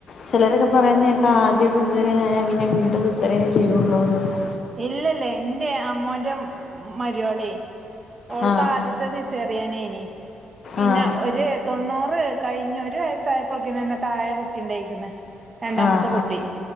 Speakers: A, on the left (about 50°); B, on the right (about 30°).
A: ചിലരൊക്കെ പറയുന്നത് കേൾക്ക ആദ്യം സിസെറിയെൻ ആയാൽ പിന്നെ വീണ്ടും സിസെറിയ്യൻ ചെയ്യയുള്ളൂ എന്നൊക്കെ
B: ഇല്ലല്ല എറെ അമ്മോന്റെ മര്യാളി ഓൾക്ക
A: ആഹ്
B: ആദ്യത്തെ ത്തെ സിസെറിയെൻ ഏനി പിന്നെ
A: ആഹ്
B: ഒരു തൊണ്ണൂറ് കഴിഞ്ഞ് ഒരു വയസ്സായപ്പോളക്കനെന്നെ തായെ കുട്ടിണ്ടക്കണ് രണ്ടാമത്തെ
A: ആഹ്
B: കുട്ടി